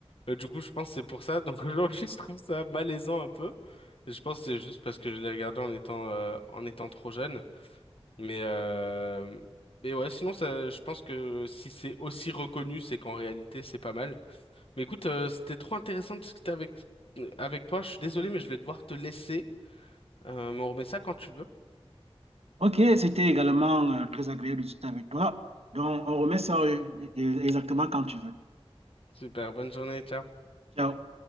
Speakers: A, on the left; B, on the right.
A: Euh, du coup, je pense que c'est pour ça. Donc <laughs> aujourd'hui, je trouve ça malaisant un peu. Je pense que c'est juste parce que je l'ai regardé en étant, euh, en étant trop jeune. Mais, euh, mais ouais, sinon, ça, je pense que si c'est aussi reconnu, c'est qu'en réalité, c'est pas mal. Mais écoute, euh, c'était trop intéressant de discuter avec, avec toi. Je suis désolé, mais je vais devoir te laisser. Euh, mais on remet ça quand tu veux.
B: Ok, c'était également euh, très agréable de discuter avec toi. Donc, on remet ça euh, e-, e-, exactement quand tu veux.
A: Super, bonne journée, ciao.
B: Ciao.